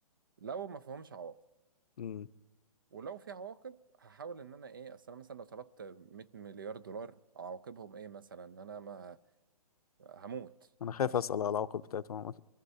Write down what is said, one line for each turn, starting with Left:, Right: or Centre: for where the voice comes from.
Right: لو ما فيهمش عواقب
Left: أمم،
Right: ولو في عواقب هحاول ان انا ايه اصل انا مثلا لو طلبت 100 مليار دولار عواقبهم ايه مثلا ان انا ما هموت
Left: أنا خايف
Right: مثلا
Left: أسأل على العواقب بتاعته عامة.